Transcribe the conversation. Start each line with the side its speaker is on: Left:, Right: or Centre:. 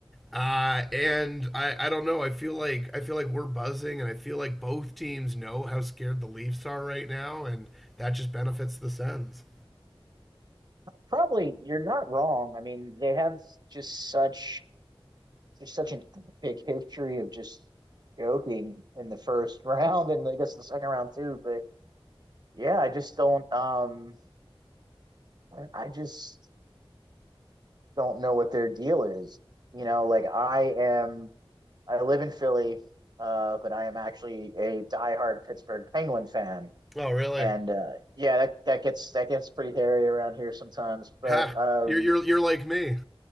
Centre: Uh, and I, I don't know. I feel like I feel like we're buzzing, and I feel like both teams know how scared the Leafs are right now, and that just benefits the Sens.
Right: probably you're not wrong. I mean, they have just such just such an epic history of just joking in the first <laughs> round and I guess the second round too. But yeah, I just don't um I just don't know what their deal is. You know, like I am I live in Philly, uh, but I am actually a diehard Pittsburgh Penguin fan.
Centre: Oh, really?
Right: And uh, yeah, that, that gets that gets pretty hairy around here sometimes. But
Centre: Ha!
Right: um,
Centre: You're you're you're like me.